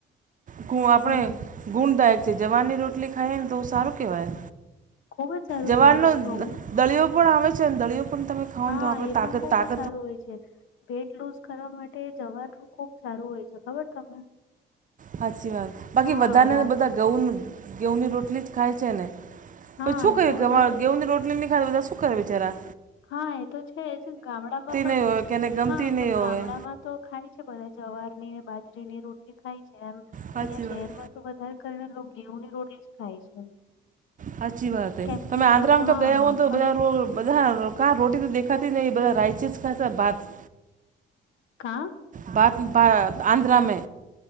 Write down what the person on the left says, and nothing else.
હમ
ખુબ જ સારું
કેવાય છે ઘઉં
હમ
હા
એ
પણ ખુબ
જ સારું હોય છે વેઇટ લૂઝ કરવા માટે જવાર ખુબ સારું હોય છે ખબર છે તમને.
હા
રાગી
હા
એમ
તો વધારે
હા એ તો છે જ ગામડામાં પણ
હા
પણ
ગામડામાં. તો ખાય છે બધા જવારની બાજરી ની રોટલી ખાય છે એમ અહીંયા
શહેરમાં.
તો વધારે કરને તો ગેહુ ની રોટલી જ ખાય છે
કેમ
કે એ
લોકો હા
પણ
કા